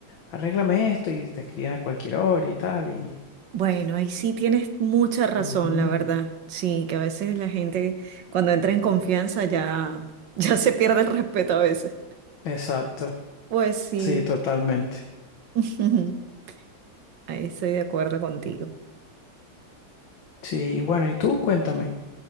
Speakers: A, on the left; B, on the right.
A: arréglame esto y te escriben a cualquier hora y tal, y...
B: Bueno, ahí sí tienes mucha razón,
A: Ujú,
B: la verdad. Sí, que a veces la gente cuando entra en confianza ya, <laughs> ya se pierde el respeto a veces.
A: Exacto,
B: Pues sí,
A: sí, totalmente.
B: <laughs> ahí estoy de acuerdo contigo.
A: Sí, y bueno, ¿y tú? Cuéntame.